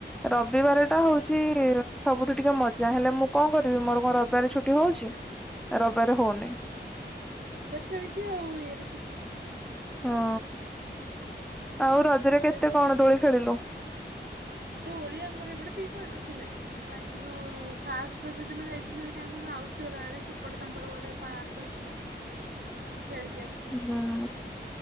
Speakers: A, in the centre; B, on the right.
A: ରବିବାର ଟା ହଉଛି, ସବୁଠୁ ଟିକେ ମଜା ହେଲେ ମୁଁ କଣ କରିବି ମୋର କଣ ରବିବାର ଛୁଟି ହଉଛି। ରବାରେ ହଉନି।
B: ରବିବାର ଛାଳିକି ଆଉ ଇଏ ରେ ଛୁଟି ହଇଛି।
A: ହଁ, ଆଉ ରଜରେ
B: ରବିବାର
A: କେତେ କଣ ଦୋଳି ଖେଳିଲୁ?
B: ଡୋ ଓଳିଆ ଆମର ଏପଟେ କେହି କରିନଥିଲେ। ଯାଇଥିଲୁ ଫାଷ୍ଟଯୋଉ ଦିନ ଯାଇଥିଲୁ ଯଦି ଆମେ ମାଉସୀ ଆଡେ ସେପଟେ ତାଙ୍କର ଗୋଟେ ପାର୍କ ଅଛି ତ ସେଠି ଖେଳିକି ଆସିଥିଲୁ।
A: ହୁଁ,